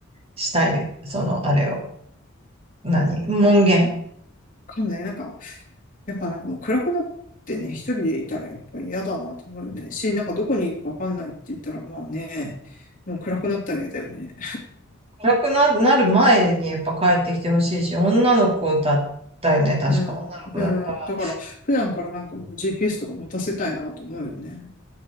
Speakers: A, on the right; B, on the left.
A: したい、その、あれを、何、門限
B: わかんない。なんか、やっぱなんかもう暗くなってね、一人でいたらやっぱ嫌だなと思うよね。し、なんかどこにいるかわかんないって言ったらまあね、もう暗くなったら嫌だよね。
A: 暗くな、なる前にやっぱ帰ってきてほしいし、女の子だったよね、確か。
B: うん、
A: 女の子だったら。
B: うん。だから普段からなんかもう GPS とか持たせたいなと思うよね。